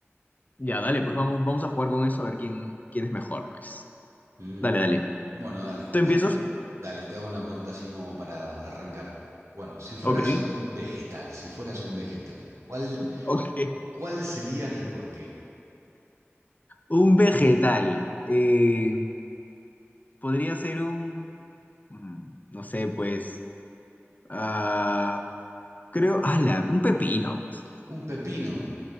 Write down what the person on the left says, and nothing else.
Ya, dale, pues vamos, vamos a jugar con eso a ver quién, quién es mejor, pues.
Dale, dale.
¿Tú empiezas?
Ok.
Ok.
Un vegetal. Eh, podría ser un, mm, no sé, pues, ah, creo, ala, un pepino, pues.